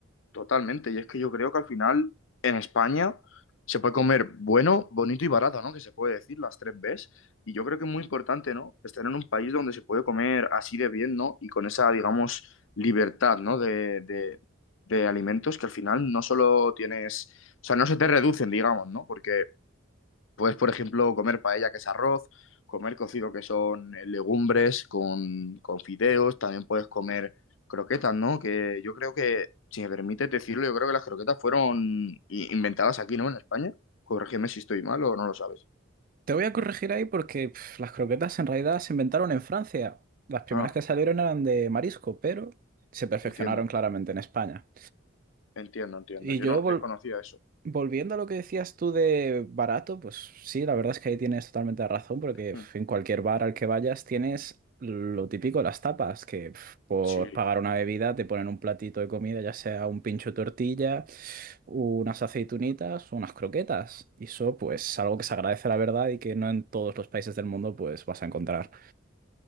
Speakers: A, on the left; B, on the right.
A: Totalmente, y es que yo creo que al final en España se puede comer bueno, bonito y barato, ¿no? Que se puede decir las tres Bs. Y yo creo que es muy importante, ¿no? Estar en un país donde se puede comer así de bien, ¿no? Y con esa, digamos, libertad, ¿no? De, de, de alimentos que al final no solo tienes, o sea, no se te reducen, digamos, ¿no? Porque Puedes, por ejemplo, comer paella, que es arroz, comer cocido, que son eh, legumbres con, con fideos, también puedes comer croquetas, ¿no? Que yo creo que, si me permites decirlo, yo creo que las croquetas fueron i- inventadas aquí, ¿no? En España. Corrígeme si estoy mal o no lo sabes.
B: Te voy a corregir ahí porque pf, las croquetas en realidad se inventaron en Francia. Las primeras
A: Ah,
B: que salieron eran de marisco, pero se perfeccionaron
A: entiendo,
B: claramente en España.
A: entiendo, entiendo.
B: Y
A: Yo
B: yo
A: no
B: vol-
A: desconocía eso.
B: Volviendo a lo que decías tú de barato, pues sí, la verdad es que ahí tienes totalmente la razón, porque
A: Mm.
B: pf, en cualquier bar al que vayas tienes lo típico, las tapas, que pf, por
A: Sí.
B: pagar una bebida te ponen un platito de comida, ya sea un pincho de tortilla, unas aceitunitas, unas croquetas. Y eso, pues, algo que se agradece, la verdad, y que no en todos los países del mundo, pues, vas a encontrar.